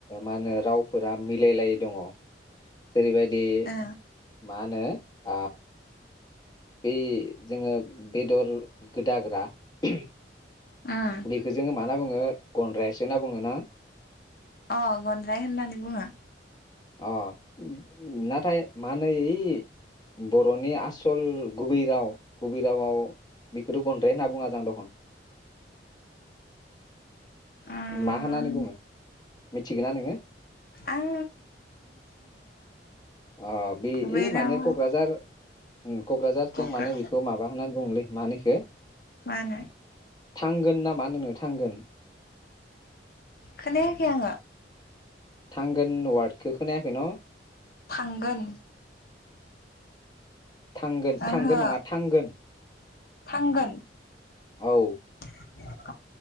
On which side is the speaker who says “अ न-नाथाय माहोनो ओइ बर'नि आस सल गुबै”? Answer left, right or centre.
Left